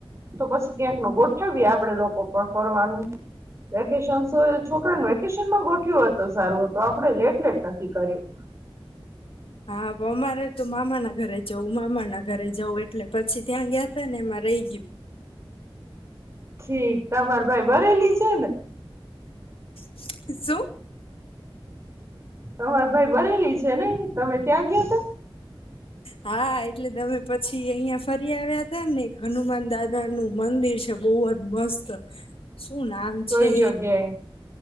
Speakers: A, on the right (about 30°); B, on the left (about 75°).
A: તો પછી ક્યાંક ન ગોઠવીએ આપડે લોકો પણ ફનું વેકેશન છોકરાને વેકેશનમાં ગોઠ્યું હતો સારું હત આપડે એટલે જ નક્કી કર્યું
B: હા અમારે તું મામાના ઘરે જવું મામા ના ઘરે જવઉં એટલે પછી ત્યાં ગયા હતા ને એમાં રહી ગયું
A: ઠીક તમાર ભાઈ બરેલી છે ને
B: શું
A: તમાર ભાઈ બરેલી છે ને તમે ત્યાં ગયો ત
B: હા એટલે તમે પછી અહિયાં ફરી આવ્યા ત ને હનુમાન દાદા નું મંદિર છે બહુ જ મસ્ત શું નામ
A: કોઈ
B: છે
A: જગ્યાએ